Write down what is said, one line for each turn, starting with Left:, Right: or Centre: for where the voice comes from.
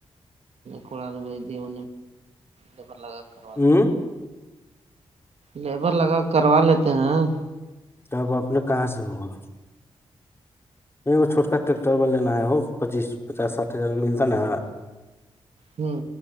Right: کڑاال ب دی ب ڈبر لگ کر
Left: ھمم
Right: لیبر لگا کے کروا لیتے ہیں
Left: تب اپنے کہاں سے ہوگا یہ چھوٹا ٹریکٹر وال لینا ہے وہ پچیس پچاساٹھ ہزار میں ملتا نا
Right: ھمم